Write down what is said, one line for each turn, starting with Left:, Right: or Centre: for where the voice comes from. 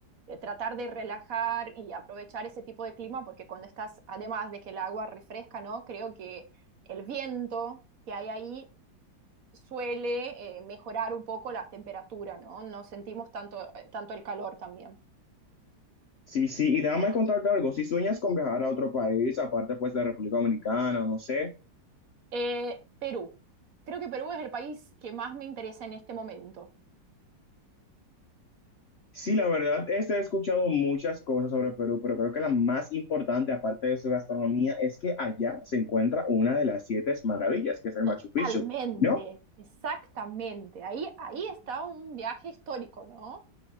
Right: de tratar de relajar y aprovechar ese tipo de clima, porque cuando estás, además de que el agua refresca, ¿no? Creo que el viento que hay ahí suele eh, mejorar un poco las temperaturas, ¿no? No sentimos tanto, eh, tanto el calor también.
Left: Sí, sí, y déjame contarte algo, si sueñas con viajar a otro país, aparte pues de República Dominicana, no sé.
Right: Eh, Perú. Creo que Perú es el país que más me interesa en este momento.
Left: Sí, la verdad, este, he escuchado muchas cosas sobre Perú, pero creo que la más importante, aparte de su gastronomía, es que allá se encuentra una de las siete maravillas, que es el
Right: Totalmente,
Left: Machu Picchu, ¿no?
Right: exactamente. Ahí, ahí está un viaje histórico, ¿no?